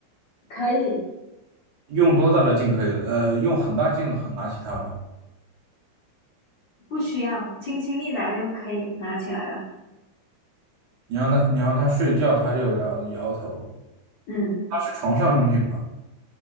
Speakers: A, on the left; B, on the right.
A: 可以，
B: 用多大的劲可以？呃，用很大劲很拿起它吗？
A: 不需要，轻轻一拿就可以拿起来了。
B: 你让他你让他睡觉，他就摇摇头。
A: 嗯，
B: 它是床上用品吗？